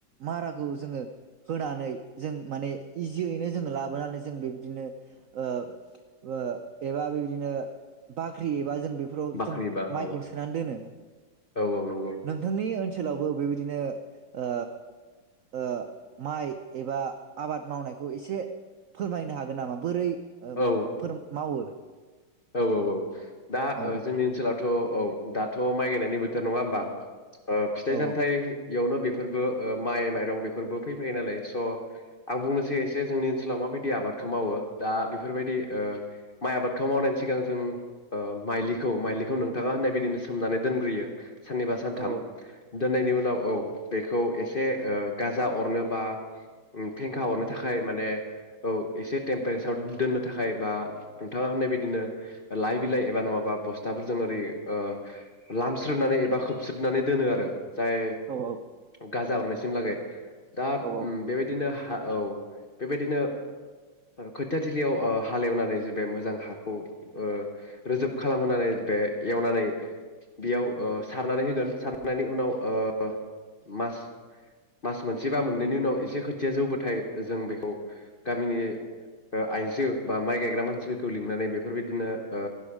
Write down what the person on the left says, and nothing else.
बाख्रिबा
औ
औ औ नंगौ
औ
औ औ औ दा
ओ जोंनि ओनसोलावथ' औ दा थ' माइ गायनायनि बोथोर नङा होमबा ओ फिथाइ
सामथायाइयावनो बे बेफोरबो ओ माइ माइरं बेफोरबो फैफायो नालाय स आं बुंनोसै एसे जोंनि ओनसोलाव माबायदि आबादखौ मावो दा बेफोरबायदि ओ माइ आबादखौ मावनायनि सिगां जों ओ माइलिखौ माइलिखौ नोंथाङा होननाय बिदिनो सोमनानै दोनग्रोयो साननिबा सानथाम
दोननायनि उनाव औ बेखौ एसे ओ गाजा अरनोबा ओम फेंखा हरनो थाखाय माने औ एसे टेम्पारेसाराव दोननो थाखाय बा नोंथाङा होननाय बायदिनो लाइ बिलाइ एबा नङाबा बस्थाफोरजों ओरै ओ लामस्रदनानै एबा खोबस्रोदनानै दोनो आरो जाय
गाजा अरनाय सिमलागै दा
ओम बेबायदिनो हा हा औ बेबायदिनो खोथियाथिलियाव ओ हालेवनानै जे बे मोजां हाखौ ओ रोजोब खालामहोनानै बे एवनानै बेयाव ओ सारनानै होगोन सारनायनि उनाव ओ मास मास मोनसे बा मोननैनि उनाव एसे खोथिया जौबाथाय जों बेखौ गामिनि ओ आइजो बा माइ गायग्रा मानसिफोरखौ लिंनानै बे बेफोरबायदिनो ओ